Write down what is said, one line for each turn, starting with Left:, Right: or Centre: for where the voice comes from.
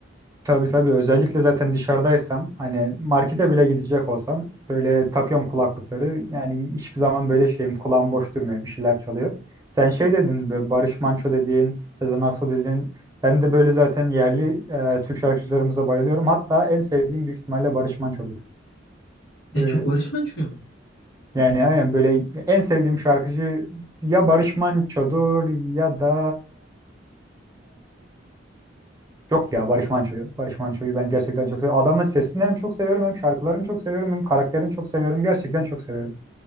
Right: Tabii tabii özellikle zaten dışarıdaysam hani markete bile gidecek olsam böyle takıyorum kulaklıkları. Yani hiçbir zaman böyle şeyim kulağım boş durmuyor bir şeyler çalıyor. Sen şey dedin böyle Barış Manço dediğin, Sezen Aksu dediğin ben de böyle zaten yerli e, Türk şarkıcılarımıza bayılıyorum. Hatta en sevdiğim büyük ihtimalle Barış Manço'dur.
Left: En
Right: Böyle,
Left: çok Barış Manço'yu mu?
Right: yani aynen böyle en sevdiğim şarkıcı ya Barış Manço'dur ya da Yok ya Barış Manço'yu. Barış Manço'yu ben gerçekten çok seviyorum. Adamın sesini hem çok seviyorum hem şarkılarını çok seviyorum hem karakterini çok seviyorum. Gerçekten çok seviyorum.